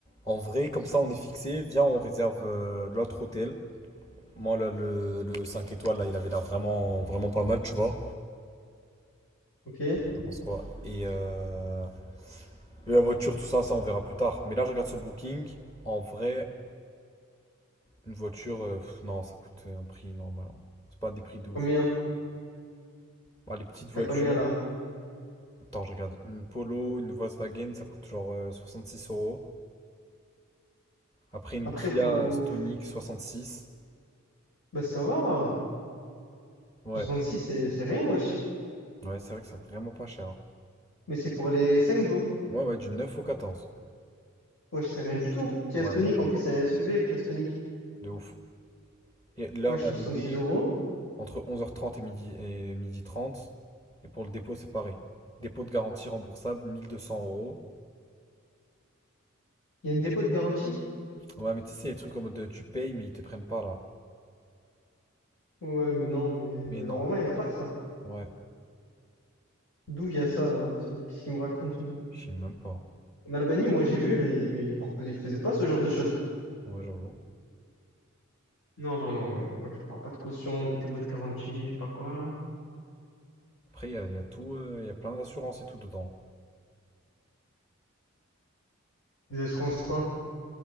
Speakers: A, on the left; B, on the left.
A: En vrai, comme ça, on est fixé. Viens, on réserve euh, l'autre hôtel. Moi, là, le, le 5 étoiles, là, il avait l'air vraiment, vraiment pas mal, tu vois.
B: Ok.
A: Je pense quoi. Et, euh, et la voiture, tout ça, ça, on verra plus tard. Mais là, je regarde sur Booking. En vrai, une voiture, euh, pff, non, ça coûte euh, un prix normal. hein. C'est pas des prix de ouf.
B: Combien?
A: Bah, les petites voitures.
B: T'as combien là?
A: Attends, je regarde. Une Polo, une Volkswagen, ça coûte genre euh, 66 euros. Après, une
B: Après,
A: Kia
B: faut.
A: Stonic, 66.
B: Bah, ça va.
A: Ouais,
B: 66, c'est c'est rien, wesh.
A: ouais, c'est vrai que c'est vraiment pas cher. hein.
B: Mais c'est pour les 5 jours.
A: Ouais, ouais, du 9 au 14.
B: Wesh, c'est rien du tout. Kia
A: Ouais,
B: Stonic,
A: vraiment.
B: en plus, c'est un SUV, Kia Stonic.
A: De ouf. Et l'heure
B: Wesh,
A: d'arrivée,
B: 66 euros.
A: entre onze heures 30 et midi, et midi trente Et pour le dépôt, c'est pareil. Dépôt de garantie remboursable, 1200 euros.
B: Il y a un dépôt de garantie?
A: Ouais, mais tu sais, c'est les trucs en mode de, tu payes, mais ils te prennent pas là.
B: Ouais, mais non, mais
A: Mais non.
B: normalement, il n'y a pas ça.
A: Ouais,
B: D'où il y a ça, là? C'est- Qu'est-ce qu'il me raconte? euh
A: je sais même pas.
B: En Albanie, moi, j'ai vu, les- ils ils proposaient, ils faisaient pas ce genre de choses.
A: Ouais, j'avoue.
B: Non, non, non, non. Pas- Je parle pas de caution, de dépôt de garantie, je sais pas quoi, là.
A: Après, il y a, il y a tout, euh, il y a plein d'assurances et tout dedans.
B: Des assurances, quoi.